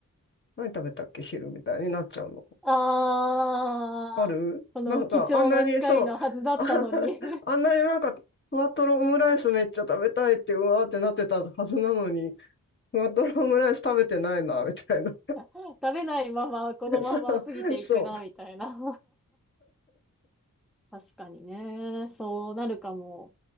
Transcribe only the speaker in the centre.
ああ、
この貴重な機会のはずだったのに
<laughs> 食べないままこのまま過ぎていくな、
みたいな確かにね。そうなるかも。